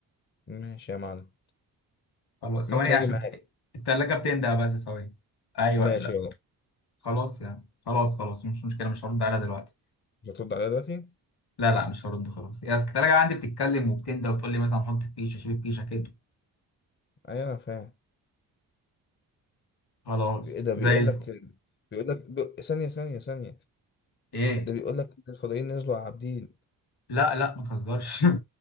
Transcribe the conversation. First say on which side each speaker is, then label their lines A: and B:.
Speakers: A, on the left; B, on the left.
A: ماشي يا معلم
B: خلاص
A: ممكن
B: ثواني
A: اجي
B: عشان
A: معاك
B: الت- التلاجة بتنده بس ثواني ايوه
A: ماشي
B: لا
A: يلا
B: خلاص يعني خلاص خلاص مش مشكلة مش هرد عليها دلوقتي
A: هترد عليا دلوقتي؟
B: لا لا مش هرد خلاص يا اصل التلاجة عندي بتتكلم وبتنده وتقول لي مثلا حط فيشة شيل فيشة كده
A: ايوه انا فاهم
B: خلاص
A: ايه ده
B: زي
A: بيقول
B: الفل
A: لك بيقول لك ب... ثانية ثانية ثانية
B: ايه
A: ده بيقول لك إن الفضائيين نزلوا على عابدين
B: لا لا ما تهزرش <laughs>